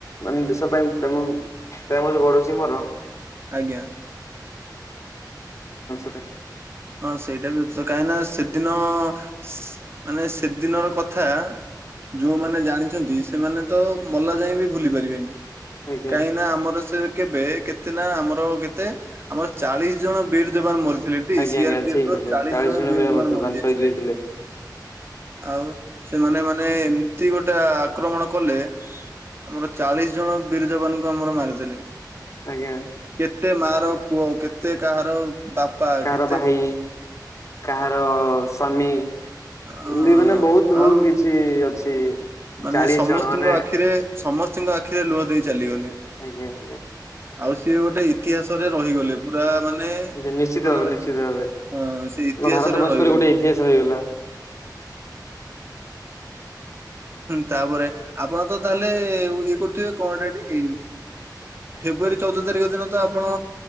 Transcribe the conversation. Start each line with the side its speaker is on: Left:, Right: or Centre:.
Left: ମାନେ ଦେଶ ପାଇଁ ପ୍ରେମ ପ୍ରେମ ଯେ ବଢୁଚି ମୋର
Right: ଆଜ୍ଞା
Left: <inaudible>
Right: ହଁ ସେଇଟା ବି କାହିଁକ ନା ସେଦିନ ମାନେ ସେଦିନର କଥା ଯୋଉମାନେ ଜାଣିଛନ୍ତି ସେମାନେ ତ ମଲା ଯାଏ ବି ଭୁଲି ପାରିବେନି।
Left: ଆଜ୍ଞା।
Right: କାହିଁ ନା ଆମର ସେ କେବେ କେତେ ନା ଆମର କେତେ ଆମର ଚାଳିଶ ଜଣ ବୀର ଯବାନ ମରିଥିଲେ।
Left: ଆଜ୍ଞା
Right: ସିଆରପିଏଫ
Left: ଆଜ୍ଞା ଠିକ
Right: ର
Left: କହିଲେ
Right: ଚାଳିଶ ଜଣ ବୀର
Left: ଭଳିଆ
Right: ଯବାନ ମରି ଯାଇଥିଲେ।
Left: ସହିଦ ହେଇଥିଲେ
Right: ଆଉ ସେମାନେ ମାନେ ଏମିତି ଗୋଟେ ଆକ୍ରମଣ କଲେ ଆମର ଚାଳିଶ ଜଣ ବିର ଯବାନଙ୍କୁ ଆମର ମାରିଦେଲେ।
Left: ଆଜ୍ଞା।
Right: କେତେ ମା ର ପୁଅ କେତେ କାହାର ବାପା
Left: କାହାର
Right: କେ
Left: ଭାଇ କାହାର ସ୍ଵାମୀ
Right: ଅ
Left: ଏମିତି ମାନେ ବହୁତ ବହୁତ
Right: ଆଉ
Left: କିଛି କିଛି ଅଛି
Right: ମାନେ
Left: ଚାଳିଶ
Right: ସମସ୍ତଙ୍କ
Left: ଜଣ ମାନେ
Right: ଆଖିରେ ସମସ୍ତଙ୍କ ଆଖିରେ ଲୁହ ଦେଇ ଚାଲିଗଲେ।
Left: ଆଜ୍ଞା ଆଜ୍ଞା।
Right: ଆଉ ସିଏ ଗୋଟେ ଇତିହାସରେ ରହିଗଲେ ପୁରା ମାନେ
Left: ଆଜ୍ଞା ନିଶ୍ଚିତ
Right: କହିଲା
Left: ଭାବେ
Right: ଲେଖା
Left: ନିଶ୍ଚିତ ଭାବେ
Right: ହଁ ସେ ଇତିହାସରେ
Left: ଆମ ଭାରତ ବର୍ଷରେ
Right: ରହିଗଲେ
Left: ଗୋଟେ ଇତିହାସ ହେଇଗଲା।
Right: ତାପରେ ଆପଣ ତ ତାହେଲେ ଇଏ କରୁଥିବେ କଣ ଟା ଟି ଫେବୃୟାରୀ ଚଉଦ ତାରିଖ ଦିନ ତ ଆପଣ